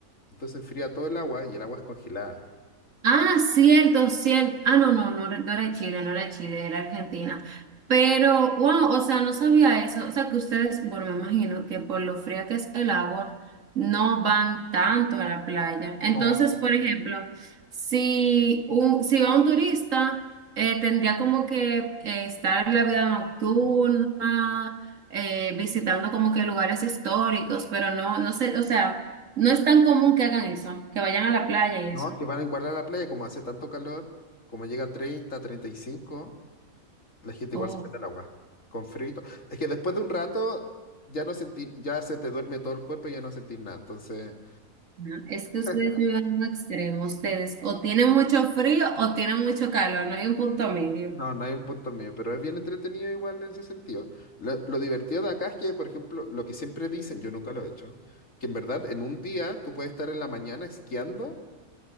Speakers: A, on the left; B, on the right.
A: Entonces enfría todo el agua y el agua es congelada.
B: Ah, cierto, cierto. Ah, no, no, no, era- no era Chile, no era Chile, era Argentina. Pero, wow, o sea, no sabía eso. O sea, que ustedes, bueno, me imagino que por lo fría que es el agua, no van tanto a la playa. Entonces,
A: No,
B: por ejemplo, si, un, si va un turista, eh, tendría como que eh, estar en la vida nocturna, eh, visitando como que lugares históricos, pero no, no sé, o sea, no es tan común que hagan eso, que vayan a la playa y
A: no,
B: eso.
A: que van a igualar a la playa, como hace tanto calor, como llega a treinta, treinta y cinco La gente
B: Oh.
A: igual se mete al agua, con frío y todo. Es que después de un rato ya no sentí, ya se te duerme todo el cuerpo y ya no sentís nada. Entonces,
B: No, es que ustedes
A: <laughs>
B: viven en un extremo, ustedes o tienen mucho frío o tienen mucho calor, no hay un punto medio.
A: no, no hay un punto medio, pero es bien entretenido igual en ese sentido. Lo, lo divertido de acá es que, por ejemplo, lo que siempre dicen, yo nunca lo he hecho, que en verdad en un día tú puedes estar en la mañana esquiando